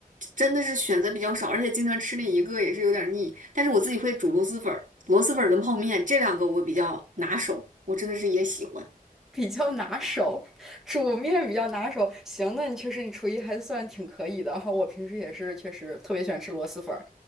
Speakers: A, on the right; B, in the centre.
A: 真的是选择比较少，而且经常吃那一个也是有点腻。但是我自己会煮螺蛳粉儿螺蛳粉儿跟泡面这两个我比较拿手，我真的是也喜欢。
B: 比较拿手，煮面比较拿手。行，那你确实你厨艺还算挺可以的。然后我平时也是确实特别喜欢吃螺蛳粉儿，